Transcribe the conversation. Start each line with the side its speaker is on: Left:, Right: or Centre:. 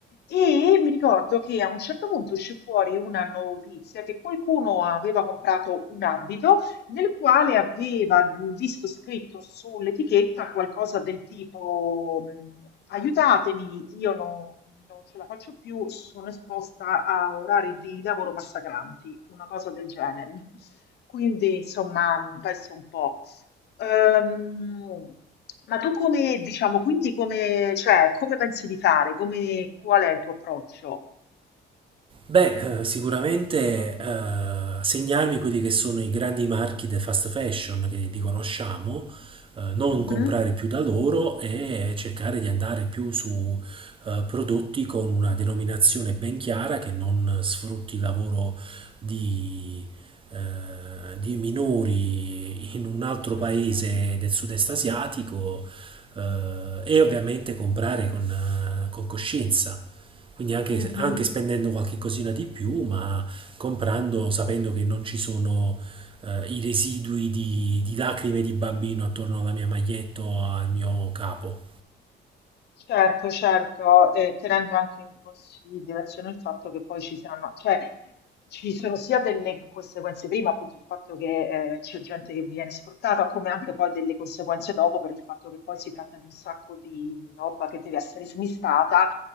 Left: E mi ricordo che a un certo punto uscì fuori una notizia che qualcuno aveva comprato un abito nel quale aveva mh, visto scritto sull'etichetta qualcosa del tipo mh, aiutatemi, io no- non ce la faccio più, sono esposta a orari di lavoro massacranti, una cosa del genere. <laughs> Quindi, insomma, mh, penso un po'. Ehm, ma tu come, diciamo, quindi come, cioè, come pensi di fare? Come, qual è il tuo approccio?
Right: Beh, eh, sicuramente eh, segnarmi quelli che sono i grandi marchi del fast fashion che li conosciamo, eh, non
Left: Mhm,
Right: comprare più da loro e cercare di andare più su eh, prodotti con una denominazione ben chiara che non sfrutti il lavoro di, eh, di minori in un altro
Left: Certo.
Right: paese del sud-est asiatico eh, e ovviamente comprare con eh, con coscienza. Quindi anche,
Left: Mhm.
Right: anche spendendo qualche cosina di più, ma comprando sapendo che non ci sono eh, i residui di, di lacrime di bambino attorno alla mia maglietta o al mio capo.
Left: Certo, certo, e tenendo anche in considerazione il fatto che poi ci saranno, cioè ci sono sia delle conseguenze prima, appunto il fatto che eh, c'è gente che viene sfruttata, come anche poi delle conseguenze dopo per il fatto che poi si tratta di un sacco di roba che deve essere smistata,